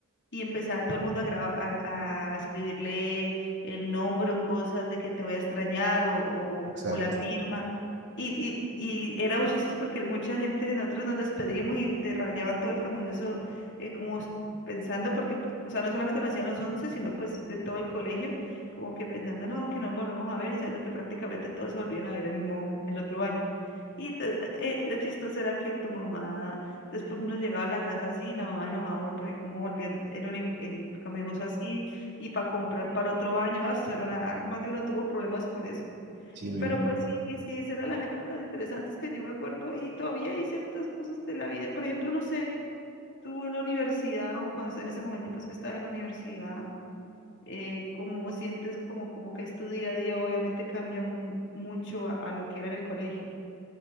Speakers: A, on the left; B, on the right.
A: y empezaba todo el mundo a, graba- a, a escribirle el nombre o cosas de que te voy a extrañar o, o,
B: Exacto.
A: o la firma. Y, y, y era muy chistoso porque mucha gente de nosotros nos despedíamos y te rayaban todo el camibuso eh, como s- pensando, porque, p- o sea, no solamente lo hacían los 11 sino pues de todo el colegio, como que pensando, no, que nos volvemos a ver y sabiendo que prácticamente todos se volvían a ver el mismo, el otro año. Y entonces, eh, lo chistoso era que tu mamá Después uno llegaba a la casa así y la mamá enojaba a uno porque cómo volvió el, el, uni- el camibuso así y para comprar para el otro año, ah, eso era una- más de uno tuvo problemas por eso.
B: Sí, me
A: Pero
B: imagino.
A: pues sí, sí, esas eran las épocas interesantes que yo me acuerdo y todavía hay ciertas cosas de la vida. Por ejemplo, no sé, tú en la universidad o cuando en ese momento pues que estás en la universidad, eh, cómo sientes como, como que es tu día a día, obviamente cambia mu- mucho a, a lo que era en el colegio.